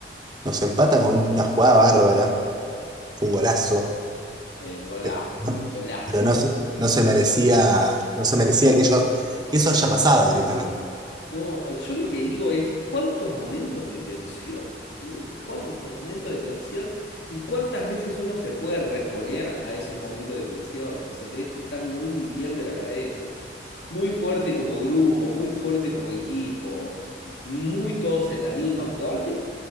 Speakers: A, on the right (about 25°); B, on the left (about 80°).
A: nos empatan con una jugada bárbara, fue un golazo,
B: Fue un golazo,
A: pero,
B: fue un golazo.
A: pero no, se- no se merecía, no se merecía que, ello- que eso haya pasado directamente.
B: No, yo lo que digo es cuántos momentos de tensión, boludo, cuántos momentos de tensión y cuántas veces uno se puede reponer a esos momentos de tensión. Entonces tenés que estar muy bien de la cabeza, muy fuerte como grupo, muy fuerte como equipo, muy todos en la misma, porque a vos te...